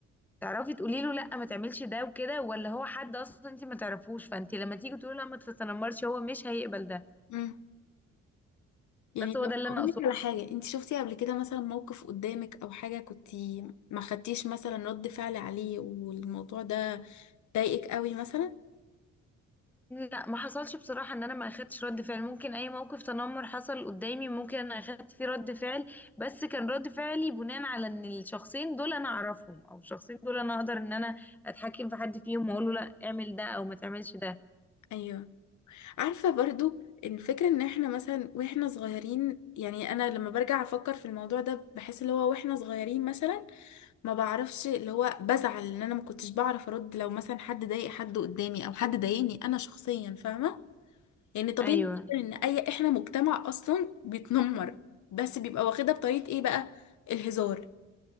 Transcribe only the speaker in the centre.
تعرفي تقولي له لا ما تعملش ده وكده ولا هو حد اصلا انت ما تعرفوش فانت لما تيجي تقولي له لا ما تتنمرش هو مش هيقبل ده
بس
هو ده اللي
انا اقصده
لا ما حصلش بصراحة ان انا ما اخدتش رد فعل ممكن اي موقف تنمر حصل قدامي ممكن انا اخدت فيه رد فعل بس كان رد فعلي بناء على ان الشخصين دول انا اعرفهم او الشخصين دول انا اقدر ان انا اتحكم في حد فيهم واقول له لا اعمل ده او ما تعملش ده
ايوه